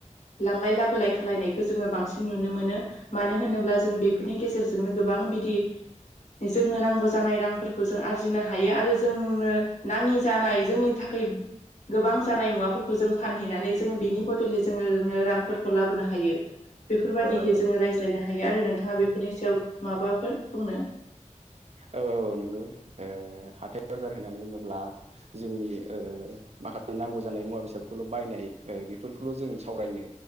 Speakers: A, on the left (about 60°); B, on the right (about 55°).
A: लांलाय लाबोलाय खालायनायखौ जोङो बांसिन नुनो मोनो मानो होनोब्ला जों बेफोरनि गेजेरजों जोंनो गोबां बिदि ओ जो‌ नो नांगौ जानाय रांफोरखौ जों आरजिनो हायो आरो जोंनो नाङि जानाय जोंनि थाखाय गोबां जानाय मुवाफोरखौ जों फानहैनानै जोङो बिनि बदलै जोङोनो रांफोरखौ लाबोनो हायो बेफोरबायदिहै
B: औ
A: जोङो रायजो लायनो हायो आरो नोंथाङा बेफोरनि सायाव माबाफोर बुंनो
B: औ औ औ नंगौ ओ हाथाइ बाजार होननानै बुङोब्ला जोंनि ओ माखासे नांगौ जानाय मुवा बेसादफोरखौल' बायनाय ओ बेफोरखौल' जों सावरायनो